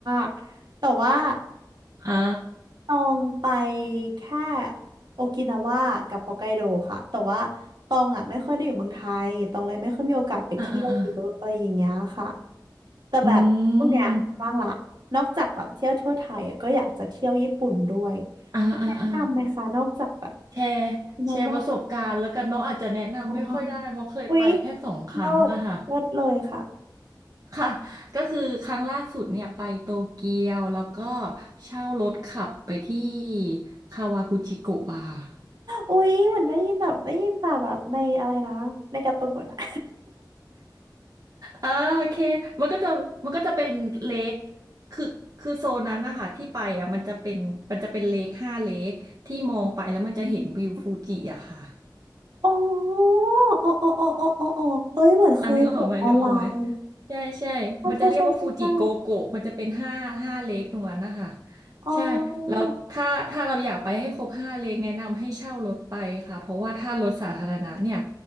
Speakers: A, on the right; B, on the right.
A: ก แต่ว่า
B: อ่า
A: ตองไปแค่โอกินาวากับฮอกไกโดค่ะแต่ว่าตองอ่ะไม่ค่อยได้อยู่เมืองไทยตองเลยไม่ค่อยมีโอกาสไปเที่ยวเยอะอะไรอย่างเงี้ยค่ะ
B: อ่าอ่าอ่า
A: แต่แบบช่วงเนี้ยบ้างละนอกจากแบบเที่ยวทั่วไทยอ่ะก็อยากจะเที่ยวญี่ปุ่นด้วย
B: อืมอ่าอ่าอ่า
A: แนะนำไหมคะนอกจากแบบ
B: แชร์แชร์ประสบการณ์แล้วกันเนาะอาจจะแนะนำไม่ค่อยได้เพราะเคยไปแค่สองครั้งอะค่ะ
A: นาวาก็ได้อุ๊ยเลิศเลิศเลยค่ะ
B: ค่ะก็คือครั้งล่าสุดเนี่ยไปโตเกียวแล้วก็เช่ารถขับไปที่คาวากุจิโกะอะค่ะ
A: อุ๊ยเหมือนได้ยินแบบได้ยินแต่แบบในอะไรนะในการ์ตูนอะ
B: อ่าโอเคมันก็จะมันก็จะเป็นเลคคือคือโซนนั้นนะคะที่ไปอ่ะมันจะเป็นมันจะเป็นเลคห้าเลคที่มองไปแล้วมันจะเห็นวิวฟูจิอะค่ะ
A: <laughs> โอ๋ออ๋อ อ๋ออ๋ออ๋ออโอเอ้ย เหมือนเคยเห็นออนไลน์
B: อ่ะนึกออกไหมนึกออกไหมใช่ใช่มันจะเรียกว่าฟูจิโกโกะมันจะเป็นห้าห้าเลคตรงนั้นนะคะ
A: ใช่ใช่ใช่ใช่ใช่อ๋อ
B: ใช่แล้วถ้าถ้าเราอยากไปให้ครบห้าเลคแนะนำให้เช่ารถไปค่ะเพราะว่าถ้ารถสาธารณะเนี่ย